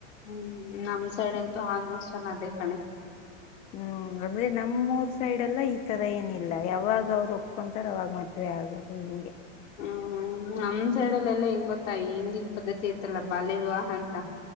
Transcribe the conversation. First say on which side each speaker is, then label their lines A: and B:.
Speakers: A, on the left; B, on the left.
A: ಹ್ಮ್ ನಮ್ ಸೈಡ್ ಅಂತೂ ಆಲ್ಮೋಸ್ಟ್ ಅಲ್ ಅದೇ ಕಣೆ
B: ಹ್ಮ್ ಅಂದ್ರೆ ನಮ್ಮೂರ್ ಸೈಡ್ ಎಲ್ಲ ಈ ತರ ಏನಿಲ್ಲ ಯಾವಾಗ ಅವ್ರು ಒಪ್ಕೊಂತಾರ್ ಅವಾಗ ಮದ್ವೆ ಆಗೋದು ಹಿಂಗೆ
A: ಹ್ಮ್ ನಮ್ ಸೈಡಲೆಲ್ಲ ಹೆಂಗ್ ಗೊತ್ತಾ ಈ ಹಂದಿನ್ ಪದ್ಧತಿ ಐತಲ್ಲ ಬಾಲ್ಯ ವಿವಾಹ ಅಂತ